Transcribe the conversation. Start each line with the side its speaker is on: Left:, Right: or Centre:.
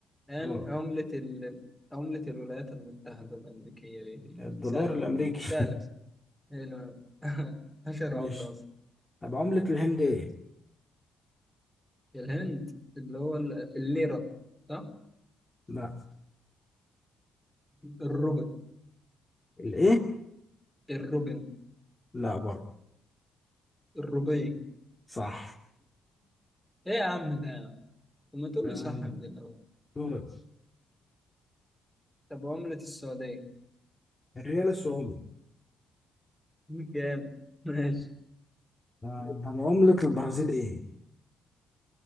Centre: عم-
Left: دولار
Centre: عملة ال... عملة الولايات المتحدة الأمريكية ايه هي؟
Left: الدولار
Centre: سهلة
Left: الأمريكي
Centre: سهلة بس. حلو <laughs> أشهر
Left: <laughs> ماشي
Centre: عملة أصلا
Left: طب عملة الهند إيه؟
Centre: الهند اللي هو ال- الليرة صح؟
Left: لا
Centre: الروبل
Left: الإيه؟
Centre: الروبل
Left: لا برضه
Centre: الروبي
Left: صح
Centre: إيه يا عم ده يا عم؟
Left: <laughs>
Centre: طب ما تقول
Left: تمام
Centre: لي صح من الأول
Left: دورك
Centre: طب عملة السعودية
Left: الريال السعودي
Centre: <laughs> جامد ماشي
Left: آه، طب عملة البرازيل إيه؟